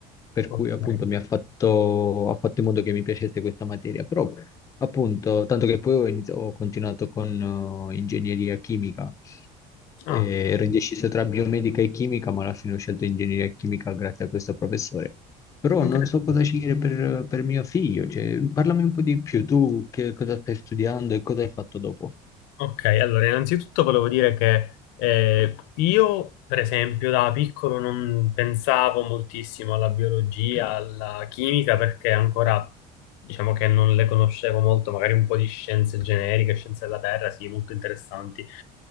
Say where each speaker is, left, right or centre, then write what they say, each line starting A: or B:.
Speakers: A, on the left (about 20°); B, on the left (about 80°).
A: per
B: ok.
A: cui appunto mi ha fatto, ha fatto in modo che mi piacesse questa materia, però appunto, tanto che poi ho, inizi- ho continuato con eh, ingegneria chimica, e
B: Ah,
A: ero indeciso tra biomedica e chimica, ma alla fine ho scelto ingegneria chimica grazie a questo professore. Però
B: interessante.
A: non so cosa scegliere per, per mio figlio, cioè, parlami un po' di più, tu che cosa stai studiando e cosa hai fatto dopo?
B: Ok, allora innanzitutto volevo dire che eh, io, per esempio, da piccolo non pensavo moltissimo alla biologia, alla chimica, perché ancora diciamo che non le conoscevo molto, magari un po' di scienze generiche, scienze della Terra, sì, molto interessanti.